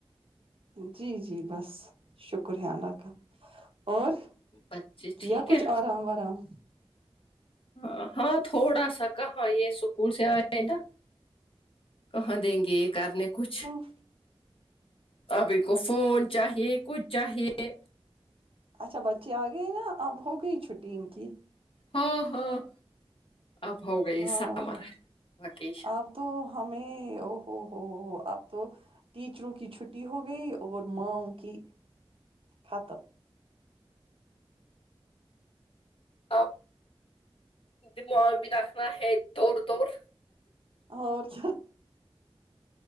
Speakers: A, on the right; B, on the left.
A: جی جی بس شکر ہے اللہ کا اور
B: بچے
A: کیا
B: ٹھیک
A: کچھ
B: ہے
A: ارام ورام
B: ہاں ہاں تھوڑا سا کہاں یہ سکول سے ایا نا کہاں دیں گے یہ کرنے کچھ
A: اف
B: ابھی کو فون چاہیے کچھ چاہیے
A: اچھا بچے اگئے نا اب ہو گئی چھٹی ان کی
B: ہاں ہاں اب ہو گئی
A: ہاں
B: سامر وکیش
A: اب تو ہمیں او ہو ہو ہو ہو اب تو ٹیچروں کی چھٹی ہو گئی اور ماؤ کی ختم
B: اپ دماغ بھی رکھنا ہے دوور دوور
A: اور چ